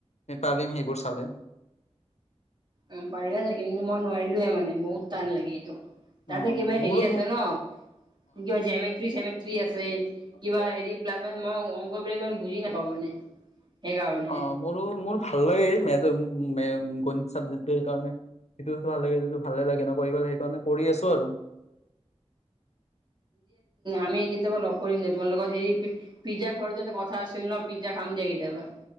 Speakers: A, on the left; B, on the right.
A: পাবি নেকি সেইবোৰ চালে-
B: উম পাৰিবা লাগিব কিন্তু মই নোৱাৰিলোয়ে মানে বহুত টান লাগে এইটো। তাতে
A: অ
B: কিবা
A: মোৰো
B: হেৰি আছে ন কিবা জেমেট্ৰি চেমেট আছে কিবা
A: অ
B: হেৰি প্লাছ মই অংক বিলাক ইমান বুজি নাপাওঁ মানে সেইকাৰণে।
A: অ, মোৰো মোৰ ভাল লাগে গণিত চাবজেক্টো সেইকাৰণে সেইটো বস্তু ভাল লাগে যিটো ভালে লাগে নকৰি পালে সেইকাৰণে কৰি আছো আৰু।
B: আমি কেতিয়াবা লগ কৰিম যে তোমাৰ লগত হেৰি পিজ্জা খোৱাৰতে কথা আছিল ন পিজ্জা খাম দিয়া কেতিয়াবা